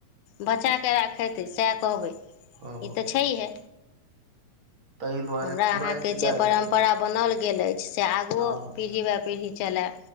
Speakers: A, on the left; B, on the right.
A: बचाक राखयतै सएह कहबै ई
B: ह
A: तऽ छैहे
B: ताहि दुआरे
A: हमरा
B: फुराइ
A: अहां के
B: छले
A: जे परंपरा बनल गेल अछि से आगुओ
B: हँ
A: पीढ़ी वए पीढ़ी चलय